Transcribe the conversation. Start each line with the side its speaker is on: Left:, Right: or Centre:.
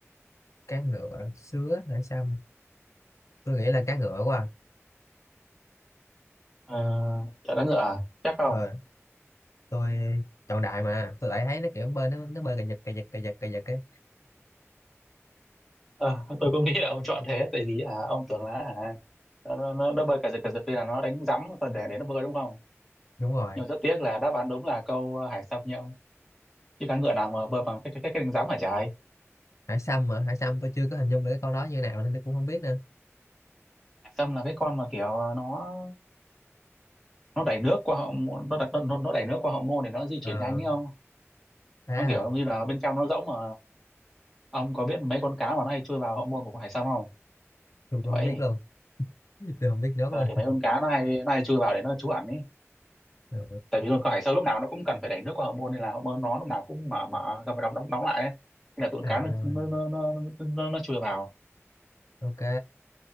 Left: cá ngựa sứa hải sâm tôi nghĩ là cá ngựa quá à.
Centre: Ờ, chọn cá ngựa à? Chắc không?
Left: ờ tôi chọn đại mà tôi lại thấy nó kiểu bơi nó nó bơi cà giật cà giật cà giật cà giật ấy
Centre: Ờ, tôi cũng nghĩ là ông chọn thế tại vì à, ông tưởng là à, nó, nó, nó bơi cả giật cả giật đây là nó đánh rắm và để để nó bơi đúng không
Left: đúng rồi
Centre: nhưng mà rất tiếc là đáp án đúng là câu à, hải sâm nha ông chứ cá ngựa nào mà bơi bằng cái cái cái, cái đánh rắm hả trời
Left: hải sâm mà hải sâm tôi chưa có hình dung được cái con đó như nào nên tôi cũng không biết nữa
Centre: hải sâm là cái con mà kiểu à, nó nó đẩy nước qua hậu môn- nó đặt nó, nó đẩy nước qua hậu môn để nó di
Left: ờ
Centre: chuyển nhanh ấy không
Left: thế à
Centre: nó kiểu như là bên trong nó rỗng mà ông có biết mấy con cá mà nó hay chui vào hậu môn của con hải sâm không
Left: tôi cũng
Centre: vậy
Left: không biết luôn <laughs> tôi không biết nước
Centre: ờ,
Left: luôn
Centre: thì
Left: <laughs>
Centre: mấy con cá nó hay nó hay chui vào để nó trú ẩn ấy
Left: Ờ,
Centre: tại vì thường cơ hải sâu lúc nào nó cũng cần phải đẩy nước qua hậu môn nên là hậu môn nó lúc nào cũng mở mở ra phải đóng đóng đóng lại ấy. nên là tụi
Left: à
Centre: cá nó nó nó nó nó, nó, nó chui vào
Left: ok